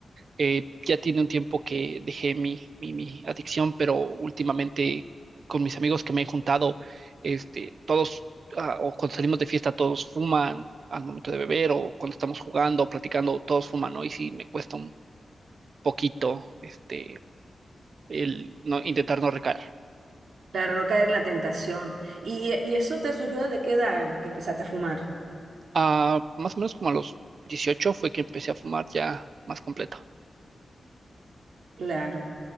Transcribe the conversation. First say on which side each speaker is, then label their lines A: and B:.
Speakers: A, on the right; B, on the right.
A: Eh, ya tiene un tiempo que dejé mi, mi, mi adicción, pero últimamente con mis amigos que me he juntado, este, todos, ah, o cuando salimos de fiesta, todos fuman al momento de beber, o cuando estamos jugando, o platicando, todos fuman, ¿no? Y sí, me cuesta un poquito, este, el no, intentar no recaer.
B: Claro, no caer en la tentación. ¿Y, y eso te surgió desde qué edad que empezaste a fumar?
A: Ah, más o menos como a los 18 fue que empecé a fumar ya más completo.
B: Claro.